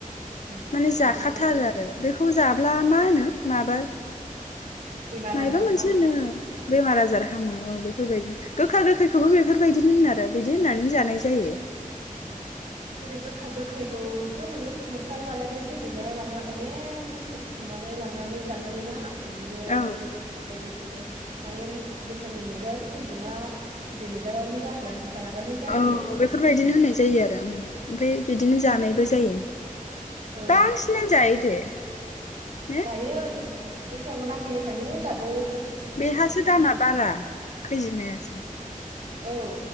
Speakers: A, on the right; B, on the left.
A: उम
B: माने जाखाथारो
A: गोखा गोखै
B: आरो बेखौ जा ब्ला मा होनो? माबा
A: बेमार
B: मायबा
A: आजार
B: मोनसेनो।
A: हामो
B: बेमार आजार हामो औ। बैफोरबायदिनो। गोखा गोखैखौबो बेफोरबायदिनो होनो दा बिदि होननानै जानाय जायो।
A: जेरै- गोखा गोखै औ जोमै जास्ला मोनस्लाबा नालाय बे खैजोमाया माने अनेक बुस्थु बुथुमनानै लांनानै जाहोयोना बिदिनो
B: औ
A: <unintelligible> बुस <unintelligible> माने गोखा गोखै मोनजाया खैजोमा बिदै मोनजाबानो जागोन जाबानो जायो
B: औ
A: इखौ
B: बेफोरबायदिनो होननाय जायो आरो ओम <unintelligible> बिदिनो जानायबो जायो।
A: औ
B: गासिबनानो जायो दे। ने
A: दायो बैसागु नाङै फ्रायनो जाबावोस
B: बेहासो दामा बारा खैजोमायासो
A: औ